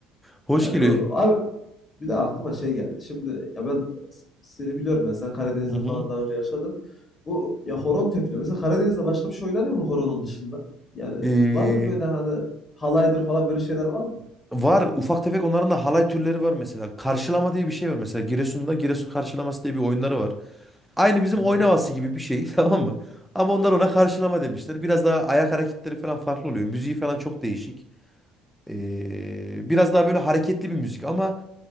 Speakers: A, in the centre; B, on the left.
A: Hoş
B: Ya
A: geliyor.
B: doğru. Abi bir de aklıma şey geldi. Şimdi ya ben s- seni biliyorum ya sen Karadeniz'de
A: Hı hı.
B: falan daha önce yaşadın. Bu ya horon tepiliyor. Mesela Karadeniz'de başka bir şey oynanıyor mu horonun dışında? Yani
A: Ee,
B: var mı böyle hani halaydır falan böyle şeyler var mı?
A: var ufak tefek onların da halay türleri var mesela. Karşılama diye bir şey var mesela Giresun'da Giresun karşılaması diye bir oyunları var. Aynı bizim
B: Aha.
A: oynaması gibi bir şey <laughs> tamam mı? Ama onlar ona karşılama demişler. Biraz daha ayak hareketleri falan farklı oluyor. Müziği falan çok değişik. Ee, biraz daha böyle hareketli bir müzik ama